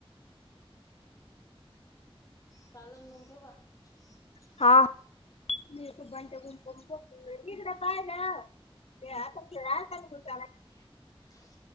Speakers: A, on the left; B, on the left.
A: चालल मग ठेवू का?
B: हा <inaudible> तिकड पाहिलं <unintelligible>
A: <inaudible>